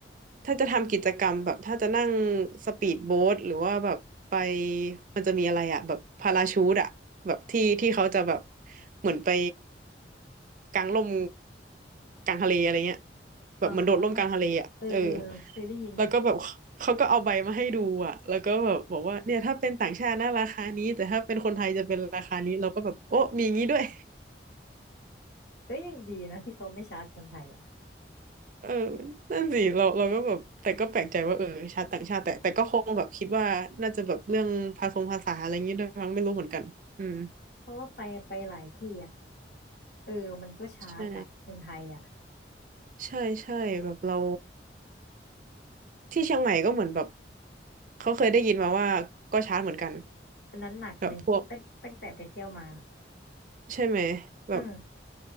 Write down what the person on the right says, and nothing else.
ถ้าจะทำกิจกรรมแบบถ้าจะนั่งสปีดโบ๊ทหรือว่าแบบไปมันจะมีอะไรอ่ะแบบพาราชูทอ่ะแบบที่ที่เขาจะแบบเหมือนไป กลางร่มกลางทะเลอะไรเงี้ยแบบเหมือนโดดร่มกลางทะเลอ่ะเออ
แล้วก็แบบเขาก็เอาใบมาให้ดูอ่ะแล้วก็แบบบอกว่าเนี่ยถ้าเป็นต่างชาตินะราคานี้แต่ถ้าเป็นคนไทยจะเป็นราคานี้เราก็แบบโอ้มีอย่างนี้ด้วย
<laughs> เออนั่นสิเราเราก็แบบแต่ก็แปลกใจว่าเออชาติต่างชาติแต่แต่ก็คงแบบคิดว่าน่าจะแบบเรื่องภาษงภาษาอะไรอย่างนี้ด้วยมั้งไม่รู้เหมือนกันอืม
ใช่ใช่ใช่แบบเรา ที่เชียงใหม่ก็เหมือนแบบเขาเคยได้ยินมาว่าก็ชาร์จเหมือนกัน
แบบพวกใช่ไหมแบบ